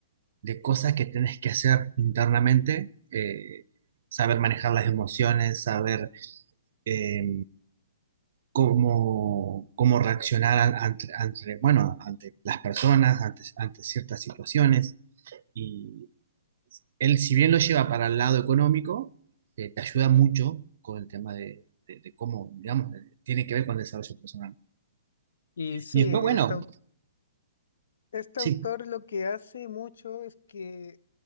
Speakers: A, on the right; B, on the left.
A: de cosas que tenés que hacer internamente, eh, saber manejar las emociones, saber eh, cómo, cómo reaccionar an- ante, ante, bueno, ante las personas, ante, ante ciertas situaciones. Y él, si bien lo lleva para el lado económico, eh, te ayuda mucho con el tema de, de- de cómo, digamos, eh, tiene que ver con el desarrollo personal.
B: Y sí,
A: Y después,
B: este,
A: bueno,
B: au- este
A: sí,
B: autor lo que hace mucho es que,